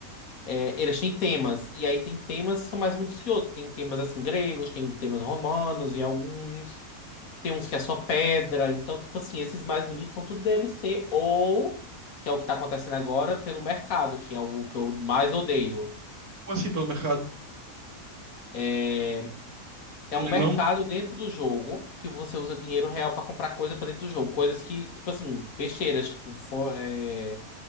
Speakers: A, on the left (about 65°); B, on the right (about 75°).
A: É, eles têm temas. E aí tem temas que são mais bonitos que outros. Tem temas assim gregos, tem temas romanos em alguns. Tem uns que é só pedra. Então, tipo assim, esses mais bonitos são tudo DLC. Ou, que é o que tá acontecendo agora, pelo mercado, que é o que eu mais odeio.
B: Como assim pelo mercado?
A: É,
B: Por
A: É um
B: um leilão?
A: mercado dentro do jogo que você usa dinheiro real pra comprar coisa pra dentro do jogo. Coisas que, tipo assim, besteiras, tipo fo- é,